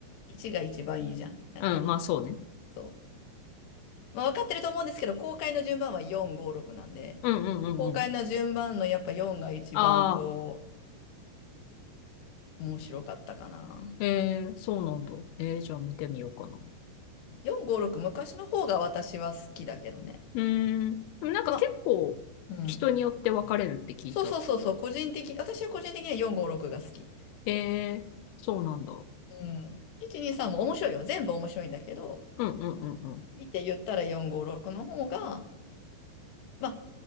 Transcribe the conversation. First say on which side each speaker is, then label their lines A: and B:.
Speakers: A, on the left; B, on the left.
A: 1が一番いいじゃん。なんか、
B: うん、まあそうね。
A: そう。まあ、分かってると思うんですけど、公開の順番は4、5、6なんで、
B: うんうんうんうん。
A: 公開の順番のやっぱ4が一番こ
B: ああ、
A: う、面白かったかな。
B: えー、そうなんだ。えー、じゃあ見てみようかな。
A: 4、5、6、昔の方が私は好きだけどね。
B: うーん。でもなんか結構人によって分かれるって聞いた。
A: まあ、うん。そうそうそうそう、個人的、私は個人的には4、5、6が好き。
B: えー、そうなんだ。う
A: うん。1、2、3も面白いよ。全部面白いんだけど、
B: んうんうんうん。
A: 見て言ったら4、5、6の方が、まあ、